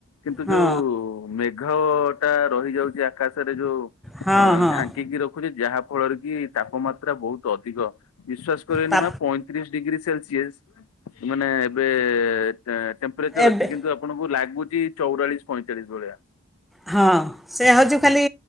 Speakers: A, on the left (about 75°); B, in the centre.
A: କିନ୍ତୁ
B: ହଁ
A: ଯୋଉ ମେ ଘ ଟା ରହି ଯାଉଚି ଆକାଶରେ ଯୋଉ
B: ହଁ ହଁ
A: ଢାଙ୍କିକି ରଖୁ ଖୁଚି ଯାହା ଫଳରେ କି ତାପମାତ୍ରା ବହୁତ ଅଧିକ ବିଶ୍ଵାସ କରିବେନି
B: ତା
A: ମା ପଇଁ ତିରିଶ ଡିଗ୍ରୀ ସେଲସିସ୍ ମାନେ ଏବେଟେପ୍ରେଞ୍ଜର
B: ଏବେ
A: ଅଛି କିନ୍ତୁ ଆପଣଙ୍କୁ ଲାଗୁଛି ଚଉରାଳିଶ ପଇଁଚାଳିଶ ଭଳିଆ
B: ହଁ ସେ ହେଉଛି ଖାଲି